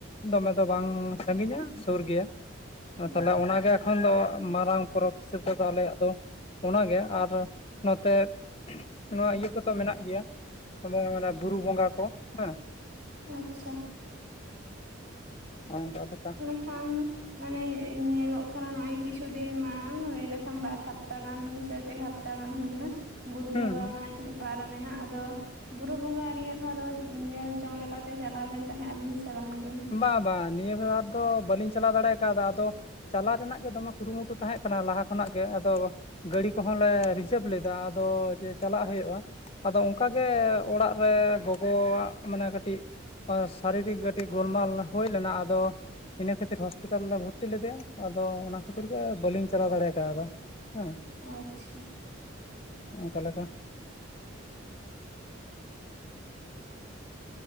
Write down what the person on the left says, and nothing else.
ᱫᱚᱢᱮ ᱫᱚ ᱵᱟᱝ ᱥᱟᱺᱜᱤᱧᱟ ᱥᱩᱨ ᱜᱮᱭᱟ, ᱟᱨ
ᱛᱟᱦᱚᱞᱮ ᱚᱱᱟᱜᱮ ᱠᱷᱚᱱ ᱫᱚ ᱢᱟᱨᱟᱝ ᱯᱚᱨᱚᱵᱽ ᱦᱤᱥᱟᱹᱵᱽ ᱛᱮᱫᱚ ᱟᱞᱮᱭᱟᱜ ᱫᱚ ᱚᱱᱟᱜᱮ, ᱟᱨ ᱱᱚᱛᱮ ᱱᱚᱣᱟ ᱤᱭᱟᱹ ᱠᱚᱫᱚ ᱢᱮᱱᱟᱜ ᱜᱮᱭᱟ, ᱟᱵᱟᱣᱟᱜ ᱚᱱᱟ ᱵᱩᱨᱩ ᱵᱚᱸᱜᱟ ᱠᱚ, ᱦᱮᱸ᱾
ᱚᱝᱠᱟ ᱞᱮᱠᱟ᱾
ᱦᱩᱸ
ᱦᱩᱸ
ᱵᱟᱝ ᱵᱟᱝ ᱱᱤᱭᱟᱹ ᱫᱷᱟᱣ ᱫᱚ ᱵᱟᱹᱞᱤᱧ ᱪᱟᱞᱟᱣ ᱫᱟᱲᱮ ᱠᱟᱣᱫᱟ ᱟᱫᱚ ᱪᱟᱞᱟᱜ ᱨᱮᱱᱟᱜ ᱜᱮ ᱫᱚᱢᱮ ᱠᱩᱨᱩᱢᱩᱴᱩ ᱛᱟᱦᱮᱸᱜ ᱠᱟᱱᱟ ᱞᱟᱦᱟ ᱠᱷᱚᱱᱟᱜ ᱜᱮ ᱟᱫᱚ ᱜᱟᱹᱲᱤ ᱠᱚᱦᱚᱸ ᱞᱮ ᱨᱤᱡᱟᱹᱵᱷ ᱞᱮᱫᱟ ᱟᱫᱚ ᱡᱮ ᱪᱟᱞᱟᱜ ᱦᱩᱭᱩᱜᱼᱟ, ᱟᱫᱚ ᱚᱝᱠᱟ ᱜᱮ ᱚᱲᱟᱜ ᱨᱮ ᱜᱚᱜᱚᱣᱟᱜ ᱢᱟᱱᱮ ᱠᱟᱹᱴᱤᱡ ᱥᱟᱨᱤᱨᱤᱠ ᱠᱟᱹᱴᱤᱡ ᱜᱳᱞᱢᱟᱞ ᱦᱩᱭ ᱞᱮᱱᱟ ᱟᱫᱚᱼᱼ ᱤᱱᱟᱹ ᱠᱷᱟᱹᱛᱤᱨ ᱦᱚᱥᱯᱤᱴᱟᱞ ᱨᱮ ᱞᱮ ᱵᱷᱚᱨᱛᱤ ᱞᱮᱫᱮᱭᱟ ᱟᱫᱚ ᱚᱱᱟ ᱠᱷᱟᱹᱛᱤᱨ ᱜᱮ ᱵᱟᱹᱞᱤᱧ ᱪᱟᱞᱟᱣ ᱫᱟᱲᱮ ᱠᱟᱣᱫᱟ᱾ ᱦᱮᱸ
ᱚᱱᱠᱟ ᱞᱮᱠᱟ᱾